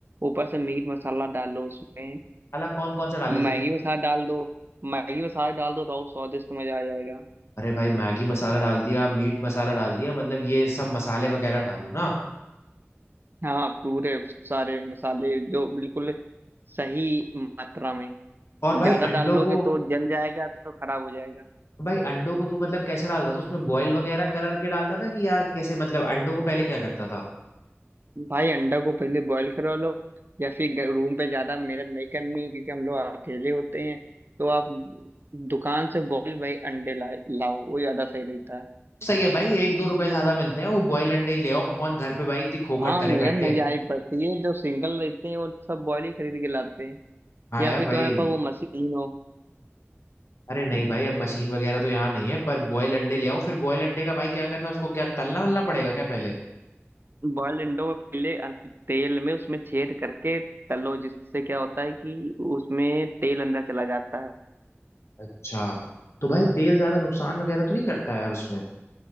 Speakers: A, on the right (about 50°); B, on the left (about 70°).
A: ऊपर से मीट मसाला डाल लो उसमें
B: मसाला कौन कौन सा डाले
A: मैगी
B: से
A: मसाला डाल दो मैगी मसाला डाल दो तो और स्वादिष्ट मजा आ जाएगा
B: अरे भाई मैगी मसाला डाल दिया मीट मसाला डाल दिया मतलब ये सब मसाले वगैरह डालू ना
A: हाँ पूरे सारे मसाले जो बिल्कुल सही मात्रा में
B: और भाई
A: ज्यादा डाल
B: अंडों
A: लोगे
B: को
A: तो जल जाएगा तो खराब हो जाएगा
B: भाई अंडों को तू मतलब कैसे डालता था उसमें बॉईल वगैरह कर के डालता था कि यार कैसे मतलब अंडों को पहले क्या करता था
A: भाई अंडा को पहले बॉईल करवा लो या फिर रूम पे ज्यादा मेहनत नहीं करनी क्योंकि हम लोग अकेले होते हैं तो आप दुकान से बॉईल भाई अंडे लाए लाओ वो ज्यादा सही रहता है
B: सही है भाई एक दो रुपए ज्यादा मिलते हैं वो बॉयल अंडे ही ले आओ कौन घर पे भाई इतनी खोखट
A: हाँ
B: करे
A: मेहनत
B: बैठ
A: नहीं
B: के
A: जानी पड़ती है जो सिंगल रहते हैं वो सब बॉईल ही खरीद के लाते हैं
B: हाँ
A: या
B: यार
A: फिर
B: भाई
A: तुम्हारे पास वो मशीन हो
B: अरे नहीं भाई अब मशीन वगैरह तो यहाँ नहीं है पर बॉयल अंडे ले आओ फिर बॉयल अंडे का भाई क्या करना है उसको क्या तलना वलना पड़ेगा क्या पहले
A: बॉइल्ड अंडों को पहले अन- तेल में उसमें छेद करके तलो जिससे क्या होता है कि उसमें तेल अंदर चला जाता है
B: अच्छा तो भाई तेल ज्यादा नुकसान वगैरह तो नहीं करता यार उसमें